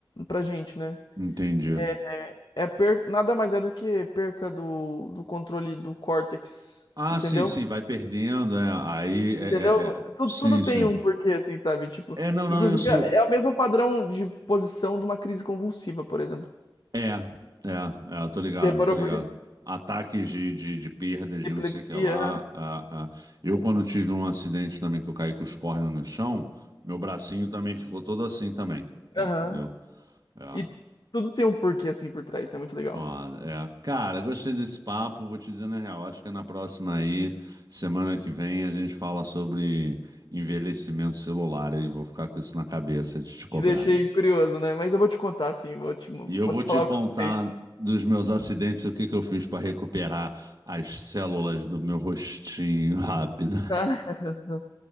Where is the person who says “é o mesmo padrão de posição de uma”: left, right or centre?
Left